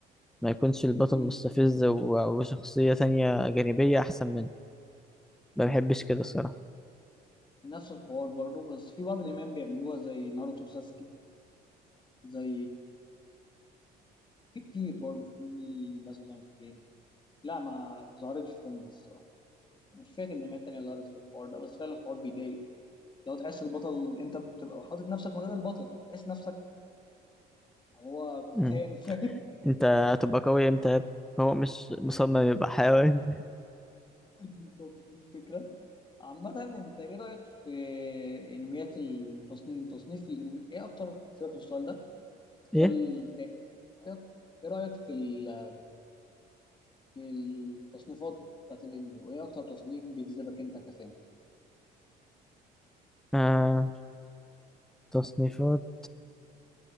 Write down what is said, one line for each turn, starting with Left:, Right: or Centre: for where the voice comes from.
Centre: ما يكونش البطل
Left: مم.
Centre: مستفز و... وشخصية تانية جانبية احسن منه ما بحبش كده الصراحة
Left: نفس الحوار برضه بس في بعض الأنميات بيعملوها زي ناروتو ساسكي زي في كتير برضه في مثلا فين لا ما ظهرتش في أمي الصراحة مش فاكر أنميات تانية ظهرت في الحوار ده بس فعلا الحوار بيضايق لو تحس البطل انت بتبقى حاطط نفسك مكان البطل بتحس نفسك هو بتتهان
Centre: مم.
Left: <laughs> فاهم
Centre: انت هتبقى قوي امتى هو مش مصمم يبقى حيوان
Left: دي الفكره عامة انت ايه رأيك في انميات التصنيف تصنيف الانمي ايه اكتر سيبك من السؤال ده السؤال
Centre: <laughs> ايه
Left: تاني ايه رأيك ايه رأيك في ال- في التصنيفات بتاعت الانمي وايه اكتر تصنيف بيجذبك انت كفان
Centre: آه تصنيفات